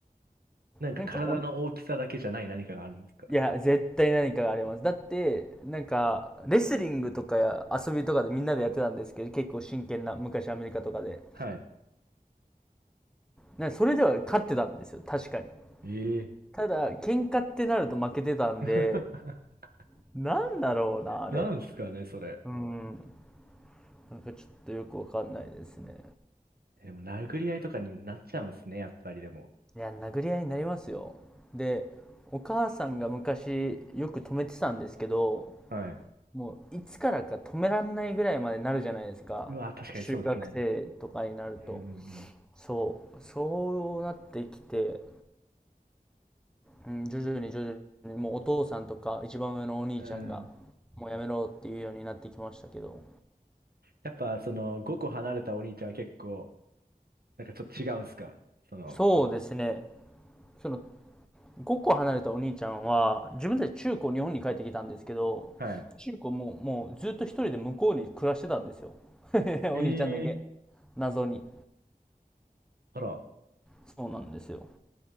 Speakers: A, on the right (about 90°); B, in the centre.
A: なんか体の大きさだけじゃない何かがあるんですか
B: なんかおいや、絶対何かがあります。だって、なんか、レスリングとかや遊びとかでみんなでやってたんですけど、結構真剣な、昔アメリカとかで。
A: はい。
B: なんかそれでは勝ってたんですよ、確かに。
A: ええ
B: ただ、喧嘩ってなると負けてたんで、
A: <laughs>
B: なんだろうな、あれ。
A: なんすかね、それ。
B: うん、なんかちょっとよくわかんないですね。
A: でも、殴り合いとかになっちゃうんすね、やっぱりでも。
B: いや、殴り合いになりますよ。で、お母さんが昔よく止めてたんですけど、
A: はい。
B: もういつからか止めらんないぐらいまでなるじゃないですか。
A: うわ、確かにそうですね。
B: 中学生とかになると。
A: うん
B: そう、そうなってきて、うん、徐々に徐々に、もうお父さんとか一番上のお兄ちゃんが、
A: うんうん。うん。
B: もうやめろっていうようになってきましたけど。
A: やっぱ、その、5個離れたお兄ちゃんは結構、なんかちょっと違うんすかその、
B: そうですね。その5個離れたお兄ちゃんは、自分たち中高日本に帰ってきたんですけど、
A: はい。
B: 中高ももうずっと一人で向こうに暮らしてたんですよ。<laughs>
A: ええ
B: お兄ちゃんだけ。謎に。
A: あら、
B: そうなんですよ。